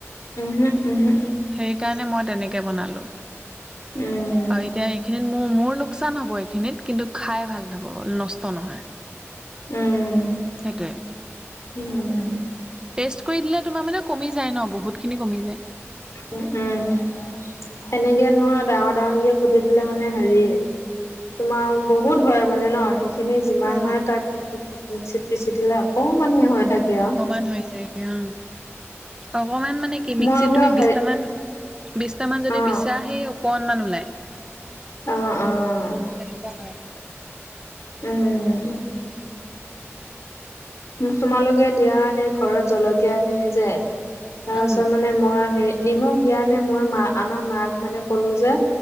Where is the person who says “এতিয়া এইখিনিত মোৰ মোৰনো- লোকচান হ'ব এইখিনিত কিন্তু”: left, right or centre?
Right